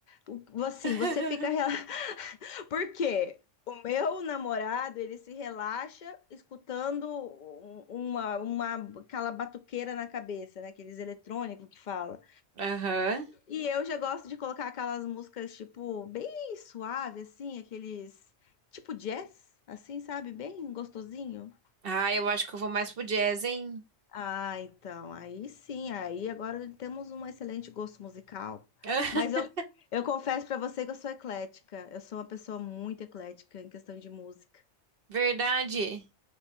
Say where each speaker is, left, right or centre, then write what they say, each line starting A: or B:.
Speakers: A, on the left (about 55°); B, on the right (about 55°).
A: O- Assim,
B: <laughs>
A: você fica rela... <laughs> Por quê? O meu namorado, ele se relaxa escutando um- uma, uma aquela batuqueira na cabeça, né? Aqueles eletrônicos que fala.
B: Aham.
A: E eu já gosto de colocar aquelas músicas, tipo, bem suave, assim, aqueles. Tipo jazz, assim, sabe? Bem gostosinho.
B: Ah, eu acho que eu vou mais pro jazz, hein?
A: Ah, então, aí sim, aí agora temos um excelente gosto musical.
B: <laughs>
A: Mas eu, eu confesso pra você que eu sou eclética. Eu sou uma pessoa muito eclética em questão de música.
B: Verdade.